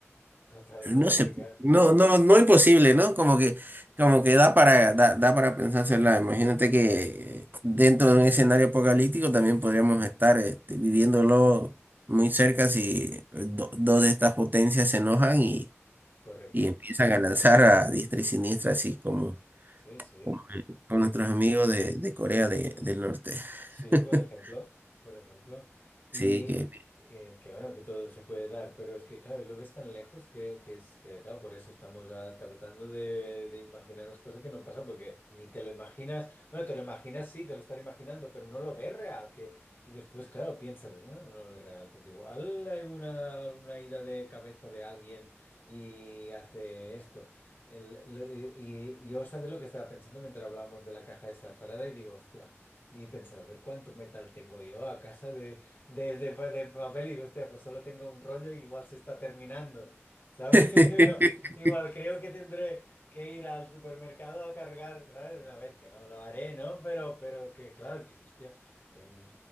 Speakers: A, on the left (about 45°); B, on the right (about 40°).
A: Total
B: No
A: complicado.
B: sé, no, no, no imposible, ¿no? Como que, como que da para, da, da para pensársela. Imagínate que eh, dentro de un escenario apocalíptico también podríamos estar este, viviéndolo muy cerca si do- dos de estas potencias se enojan y,
A: Correcto.
B: y empiezan a lanzar a diestra y siniestra, así como,
A: Sí, sí.
B: como con nuestros amigos de, de Corea de- del Norte.
A: Sí,
B: <laughs>
A: por ejemplo, por ejemplo. Y
B: Sí, que...
A: eh, que bueno, que todo se puede dar, pero es que claro, lo ves tan lejos que, que es que claro, por eso estamos ah, tratando de, de imaginarnos cosas que no pasan porque ni te lo imaginas, bueno, te lo imaginas, sí, te lo estás imaginando, pero no lo ves real, que, y después, claro, piensas, no, no lo ves real, pues igual hay una, una ida de cabeza de alguien y hace esto. El- lo- y, y yo, ¿sabes lo que estaba pensando mientras hablábamos de la caja esta de Faraday? Digo, hostia. Y he pensado, a ver cuánto metal tengo yo a casa de, de, de, pa- de papel. Y digo, hostia, pues solo tengo un rollo y igual se está terminando, ¿sabes?
B: <laughs>
A: <laughs> Digo, Igual creo que tendré que ir al supermercado a cargar, ¿sabes? A ver, que no lo haré, ¿no? Pero, pero que, claro, dices, hostia, que mm,